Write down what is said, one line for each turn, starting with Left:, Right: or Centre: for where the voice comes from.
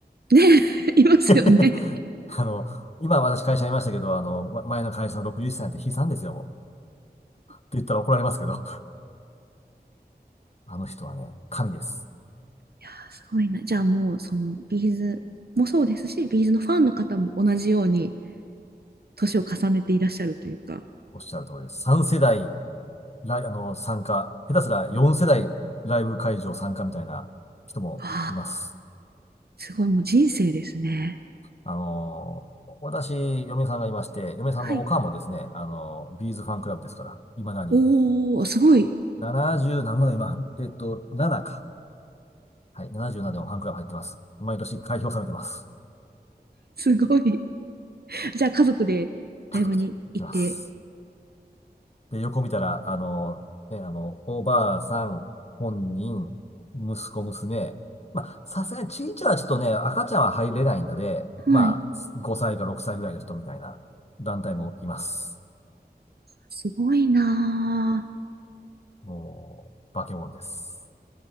Right: ね、<laughs> いますよね。
Left: <laughs> あの、今私会社にいましたけど、あの、ま前の会社の60歳なんて悲惨ですよ、もう。って言ったら怒られますけど、あの人はね、神です。
Right: いやー、すごいな。じゃあもう、その、ビーズもそうですし、ビーズのファンの方も同じように、年を重ねていらっしゃるというか、
Left: おっしゃる通りです。3世代、ライ、あの、参加、下手すら4世代ライブ会場参加みたいな人もいます。
Right: ああ、すごい、もう人生ですね。
Left: あのー私、嫁さんがいまして、嫁さんのおかんもですね、
Right: はい。
Left: あのービーズファンクラブですから、いまだに。
Right: おー、すごい、
Left: 70何もだ、今、えっと、7か。はい、77でもファンクラブ入ってます。毎年開票されてます。
Right: すごい。じゃあ家族でライブに行って、
Left: 家族で行きます。で、横見たら、あのーね、あの、おばあさん、本人、息子、娘。まあ、さすがにちいちゃはちょっとね、赤ちゃんは入れないので、
Right: はい。
Left: まあ、5歳か6歳ぐらいの人みたいな団体もいます。
Right: すごいなぁ。
Left: もう、化け物です。